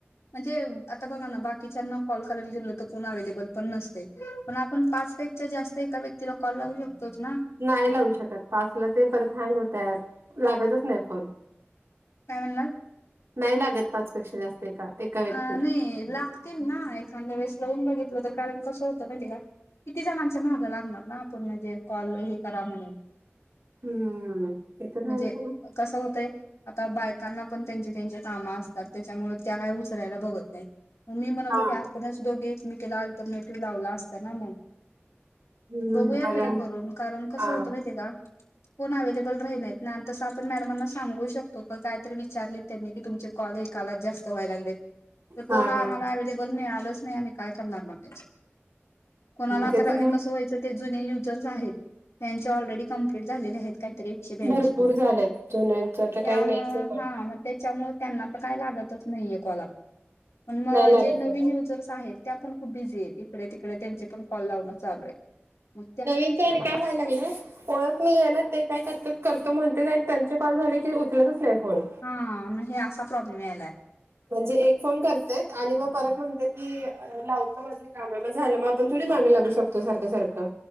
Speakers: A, on the left; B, on the right.
A: म्हणजे आता बघा ना बाकीच्यांना कॉल करायला गेलो तर कोण अव्हेलेबल पण नसते. पण आपण पाचपेक्षा जास्त एका व्यक्तीला कॉल लावू शकतोच ना?
B: नाही लावू शकत. पाचला ते परत हँग होत्यात. लागतच नाही फोन.
A: काय म्हणला
B: नाही लागत पाचपेक्षा जास्त आहे एका. एका व्यक्तीला
A: अ नाही लागतील ना एखांद्या वेळेस लावून बघितलं तर कारण कसं होतं माहिती आहे का किती जणांच्या मागं लागणार ना आपण म्हणजे कॉल हे करा म्हणून.
B: हम्म ते तर
A: म्हणजे
B: हाय खरं.
A: कसं होतंय आता बायकांना पण त्यांचे त्यांचे काम असतात, त्याच्यामुळे त्या काही उचलायला बघत नाहीत. मग मी म्हणत
B: हा
A: होते. आपणच दोघी एकमेकीला अल्टरनेटिव्ह लावला असता ना मग.
B: हम्म
A: बघूया
B: बघा
A: तरी करून, कारण कसं
B: हा
A: होतं माहिती का? कोण अवैलेबल राहिणात नाही तसं आपण मॅडमांना सांगू शकतो पण कायतरी विचारली त्यांनी की तुमचे कॉलेज कालात जास्त व्हाय लागले तर कोरा
B: हा हा
A: आम्हाला अवेलेबल मिी आलच नाही आम्ही काय करणार बनायच कोणाला
B: ते
A: तर आणि
B: आहे.
A: कसं व्हायचं? ते जुने युजर्स आहेत त्यांचे ऑलरेडी कं्प्लीट झालेले आहेत काहीतरी एकशे ब्यांशी
B: भरपूर झालेत जुन्यांच तर
A: त्यामुळें
B: काय नाहीच पण
A: हां मंग त्यांच्यामुळं त्यांनां तरं कायं लागतचं नाहीं आहे कॉल आपला पणं मंग
B: नाही लागत
A: जे नवीन
B: त्यांना
A: युजर्स आहेतं त्यां पणं खूंप बिझी आहेतं ईकडे तिकडे त्यांचें पणं कॉल लावणं चालूं आहे मंग
B: नवीनतं आणि कायं व्हायला लागलंय ओळंख मी आहे नां ते कायं करतां करतों म्हणतां आणि त्यांचे कॉल झांले की उचलतंच नाहीं फोन
A: हां हे असां प्रॉब्लेम यांयलाय
B: म्हणजे एक फोन करतें आणि मंग परंत म्हणते की लावतो माझे कामं झालं मंग आपणं थोडी मागे लागूं शकतो सारखं सारखं